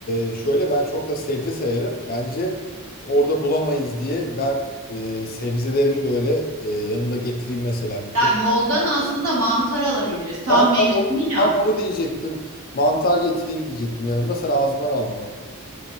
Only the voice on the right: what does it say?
Ya yoldan aslında mantar alabiliriz. Tam
mevsimi
ya.